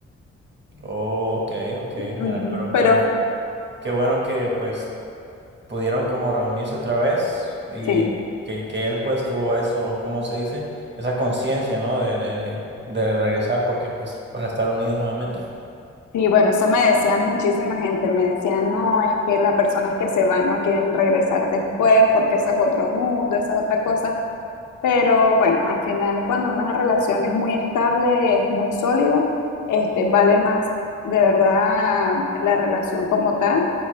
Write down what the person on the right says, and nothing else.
Oh, ok, ok.
Mira, pero
qué, bu- qué bueno que pues pudieron como reunirse otra vez y
que, que él pues tuvo eso, ¿cómo se dice? Esa conciencia, ¿no? De, de, de regresar porque pues para estar unidos nuevamente.